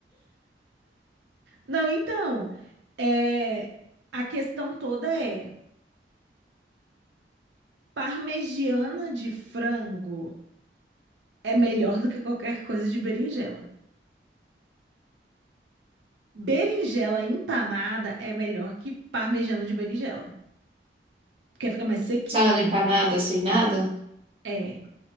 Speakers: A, on the right (about 85°); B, on the right (about 35°).
A: Não, então, é... a questão toda é: parmegiana de frango é melhor do que qualquer coisa de berinjela. Berinjela empanada é melhor que parmegiana de berinjela. Porque fica mais sequinha.
B: Só ela empanada, sem nada.
A: É.